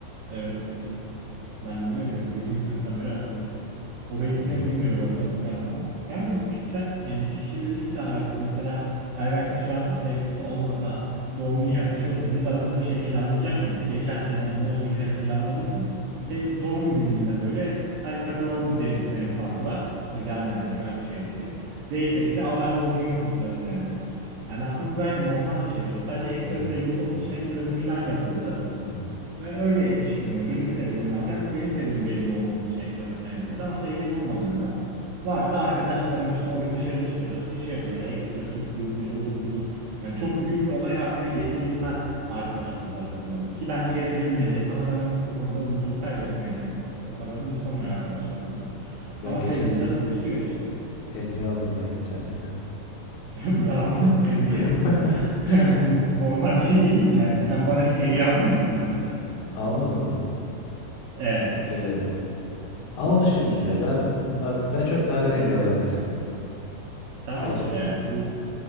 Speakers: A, on the right; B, on the left.
A: Evet netiz. Ben biliyorum yani birinci sınıftan beri arkadaşım. O benimkini
B: Hmm.
A: bilmiyor bu arada muhtemelen ama. Yani bu kişisel yani kişilikle alakalı. Mesela Ayberk'in şu an sevgilisi olmasa doğum günü yaklaşıyorsa biz aramızda bir şey planlayacak mıydık? Geçen sene ondan önceki sene planladık mı? Sev doğum gününde böyle hadi takılalım deriz en fazla. Ee, Yan yanaysak aynı şehirdeysek. Değilsek de arar doğum gününü kutlarız yani. Yani aslında bu gayet normal bir şey şu an. Sadece ekstra
B: Ben
A: sevgilisi olduğu için ekstra bir plan yapıldı.
B: hmm.
A: Ve öyle işleniyor. Benim sevgilim varken benim sevgilim benim doğum günüm için ekstra bir plan yapıyordu ama sevgilim olmadığında varsa arkadaşlarım işte o gün dışarı çıkılır bir şey yapılır öyle ekstra sürprizdir odur budur. Yani çok büyük bir olay haline getirilmez arkadaş grubu arasında bu. Ki bence getirilmeli ama ben onun, o konuda umudumu kaybettim yani o kadar umursamıyor arkadaşlar bunu.
B: Ben
A: Ama
B: geçen
A: sevgililer
B: sene
A: umursuyor işte.
B: Hediye aldım ben geçen sene.
A: <laughs> Bravo <laughs> tebrik
B: <laughs>
A: ederim. <laughs> Yani bu normal bir şey değil mi yani sen bana hiç hediye aldın mı kanka mesela?
B: Almadım mı?
A: E
B: Hatırlamıyorum.
A: işte
B: Almışımdır
A: işte
B: ya. Ben bunlar ben çok nadir
A: Yok.
B: hediye alan bir insanım.
A: E tamam
B: Gerçekten.
A: işte yani bu